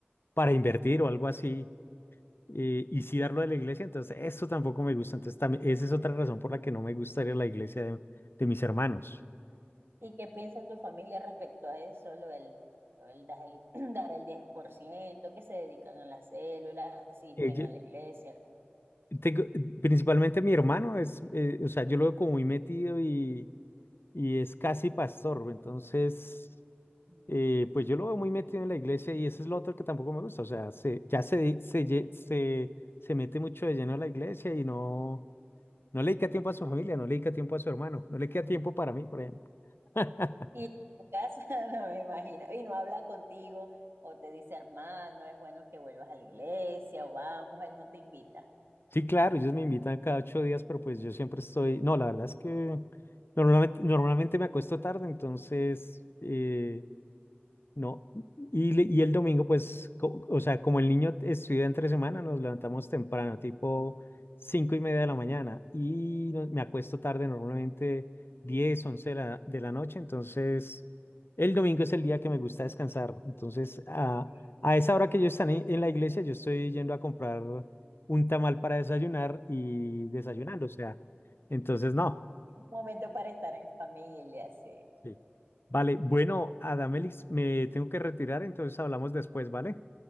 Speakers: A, on the left; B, on the right.
A: para invertir o algo así, eh, y sí darlo a la iglesia, entonces eso tampoco me gusta, entonces también, esa es otra razón por la que no me gusta ir a la iglesia de de mis hermanos.
B: ¿Y qué piensa tu familia respecto a eso? Lo del, lo del dar el, <clears throat> dar el 10% que se dedican a la célula, asisten
A: Ella-
B: a la iglesia.
A: tengo- principalmente mi hermano es, eh, o sea, yo lo veo como muy metido y, y es casi pastor, entonces,
B: Mm.
A: eh, pues yo lo veo muy metido en la iglesia y eso es lo otro que tampoco me gusta, o sea, se, ya se, di- se, lle- se, se mete mucho de lleno a la iglesia y no, no le dedica tiempo a su familia, no le dedica tiempo a su hermano, no le queda tiempo para mí, por ejemplo. <laughs>
B: Y en tu casa, <laughs> no me imagino, y no habla contigo, o te dice, hermano, es bueno que vuelvas a la iglesia, o vamos, él no te invita.
A: Sí, claro, ellos me invitan cada ocho días, pero pues yo siempre estoy, no, la verdad es que normalmente, normalmente me acuesto tarde, entonces... eh, No, y, le- y el domingo, pues, co- o sea, como el niño estudia entre semana, nos levantamos temprano, tipo cinco y media de la mañana, y no- me acuesto tarde, normalmente 10 11 de la, de la noche, entonces el domingo es el día que me gusta descansar. Entonces, a,
B: Eh,
A: a esa hora que yo estaré en la iglesia, yo estoy yendo a comprar un tamal para desayunar y desayunando, o sea, entonces no.
B: Un momento para estar en familia, sí.
A: Sí. Vale, bueno, Adamelix, me tengo que retirar, entonces hablamos después, ¿vale?